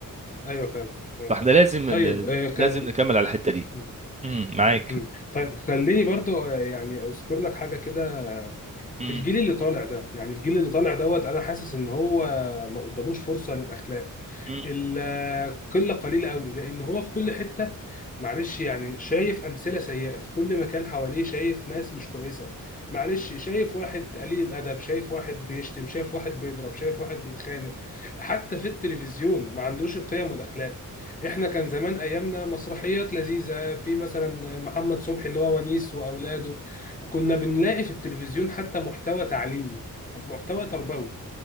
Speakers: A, on the left (about 25°); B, on the right (about 20°).
A: ايوه فاهم أيوة
B: فاحنا
A: فاهم.
B: لازم
A: طيب
B: ال-
A: آه، خل
B: لازم نكمل على الحتة دي
A: مم.
B: امم معاك
A: مم. طيب خليني برضو آه، يعني اذكر لك حاجه كده آه،
B: امم
A: الجيل اللي طالع ده يعني الجيل اللي طالع دوت انا حاسس ان هو ما قداموش فرصه للاخلاق
B: امم،
A: القله قليله قوي لان هو في كل حته معلش يعني شايف امثله سيئه في كل مكان حواليه شايف ناس مش كويسه معلش شايف واحد قليل الادب شايف واحد بيشتم شايف واحد بيضرب شايف واحد بيتخانق حتى في التلفزيون ما عندوش القيم والاخلاق احنا كان زمان ايامنا مسرحيات لذيذه في مثلا محمد صبحي اللي هو ونيس واولاده كنا بنلاقي في التلفزيون حتى محتوى تعليمي محتوى تربوي